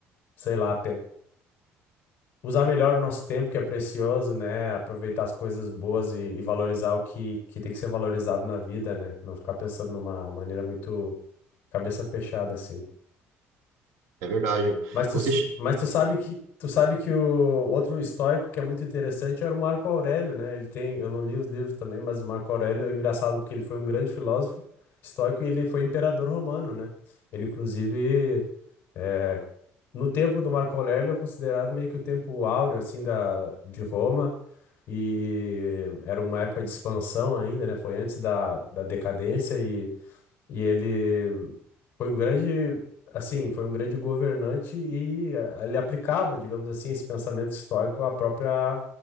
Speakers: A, on the left (about 40°); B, on the right (about 85°).
A: sei lá, usar melhor o nosso tempo, que é precioso, né? Aproveitar as coisas boas e, e valorizar o que, que tem que ser valorizado na vida, né? Não ficar pensando numa maneira muito cabeça fechada, assim.
B: É verdade.
A: Mas tu,
B: Você
A: s- mas tu sabe que tu sabe que o outro estoico que é muito interessante era o Marco Aurélio, né? Ele tem, eu não li os livros também, mas o Marco Aurélio é engraçado porque ele foi um grande filósofo estoico e ele foi imperador romano, né? Ele, inclusive, é, no tempo do Marco Aurélio é considerado meio que o tempo áureo, assim, da, de Roma e era uma época de expansão ainda, né? Foi antes da, da decadência e, e ele foi um grande, assim, foi um grande governante e eh, ele aplicava, digamos assim, esse pensamento estoico à própria,